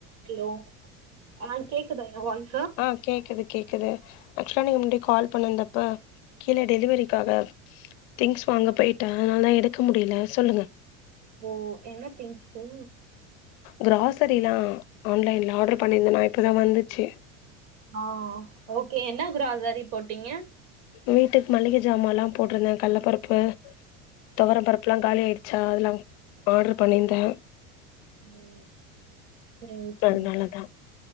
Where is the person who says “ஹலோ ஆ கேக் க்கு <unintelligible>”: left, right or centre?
Right